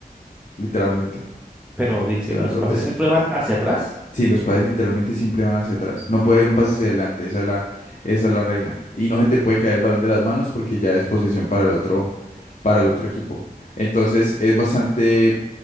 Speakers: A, on the left; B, in the centre.
A: literalmente.
B: Pero dijiste
A: Te van
B: que los
A: a atropellar.
B: pases siempre van hacia atrás.
A: Sí, los pases literalmente siempre van hacia atrás. No puede haber un pase hacia adelante, esa es la, esa es la regla. Y no se te puede caer el balón de las manos porque ya es posesión para el otro, para el otro equipo. Entonces es bastante,